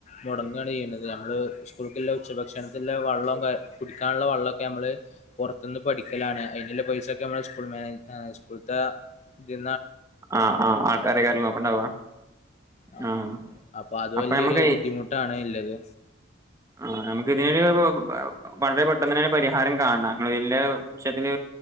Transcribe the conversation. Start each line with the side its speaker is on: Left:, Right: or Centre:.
Left: മുടങ്ങുകയാണ് ചെയ്യുന്നത്, നമ്മൾ സ്കൂൾക്കുള്ള ഉച്ചഭക്ഷണത്തിനുള്ള വെള്ളംഒക്കെ കുടിക്കാനുള്ള വള്ളമൊക്കെ നമ്മൾ പുറത്തുന്ന് പഠിക്കലാണ്. അതിനുള്ള പൈസ ഒക്കെ നമ്മളെ സ്കൂൾ മേനേജ് സ്കൂളത്തെ ഇതി
Right: ആഹ ആഹ് ആൾക്കാരെക്കാരം നോക്കണ്ടവാ
Left: ആ
Right: ആഹ
Left: അത്
Right: അപ്പൊ
Left: വലിയൊരു
Right: നമ്മക്ക്
Left: ബുദ്ധിമുട്ടാണ് ഇല്ലത്
Right: ആ നമുക്ക് ഇതിനൊരു വളരെ പെട്ടെന്ന് തന്നെ ഒരു പരിഹാരം കാണാം ല്ല്യ വിഷയത്തിന്